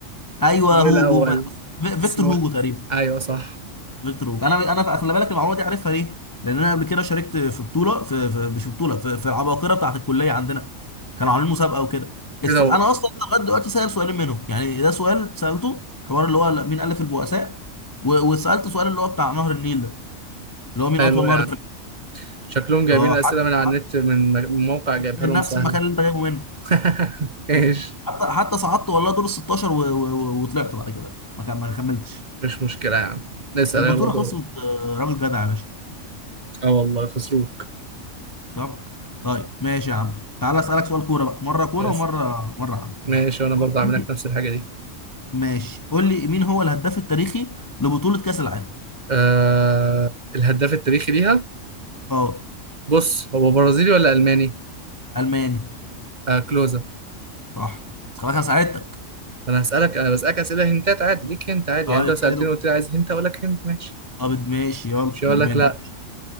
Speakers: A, on the left; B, on the right.
A: ايوه
B: اسمه
A: هوجو
B: إيه الأول
A: ما... في- فيكتور
B: اسمه
A: هوجو
B: إيه؟
A: تقريبا
B: أيوه صح
A: فيكتور هوجو انا انا خلي بالك المعلومه دي عارفها ليه؟ لان انا قبل كده شاركت في بطوله في, في مش في بطوله في, في العباقره بتاعت الكليه عندنا كانوا عاملين مسابقه وكده السو...
B: إيه ده هو؟
A: انا اصلا لغايه دلوقتي سائل سؤالين منهم يعني ده سؤال سالته حوار اللي هو مين الف البؤساء و... وسالت سؤال اللي هو بتاع نهر النيل ده اللي هو مين
B: حلو
A: اطول
B: يعني
A: نهر في ال-
B: شكلهم جايبين
A: اه
B: الأسئلة
A: حد
B: من على
A: حد
B: النت من م- من موقع جايبها
A: من
B: لهم
A: نفس
B: سهلة
A: المكان اللي انت جايبه منه
B: <laughs> ايش
A: أي. حتى حتى صعدت والله دور ال 16 و... و... و- وطلعت بعد كده ما كم- ما كملتش
B: مش مشكلة يا عم اسأل
A: البطوله
B: يلا دور
A: خلصت آه، راجل جدع يا باشا
B: اه والله خسروك
A: طبعا طيب ماشي يا عم تعالى اسالك سؤال كوره بقى مره كوره
B: اسأل
A: ومره مره عام
B: ماشي وأنا برضه
A: قول
B: عامل
A: لي
B: لك نفس الحاجة دي
A: ماشي قول لي مين هو الهداف التاريخي لبطوله كاس العالم
B: آه الهداف التاريخي ليها
A: اه
B: بص هو برازيلي ولا ألماني؟
A: الماني
B: آه كلوزا
A: صح بس خلاص انا ساعدتك
B: أنا هسألك أنا بسألك أسئلة هنتات عادي ليك هنت عادي
A: طيب
B: يعني أنت لو سألتني
A: حلو
B: وقلت لي عايز هنت أقول لك هنت ماشي
A: طب ماشي يلا
B: مش هقول
A: لو
B: لك
A: بينتهي
B: لا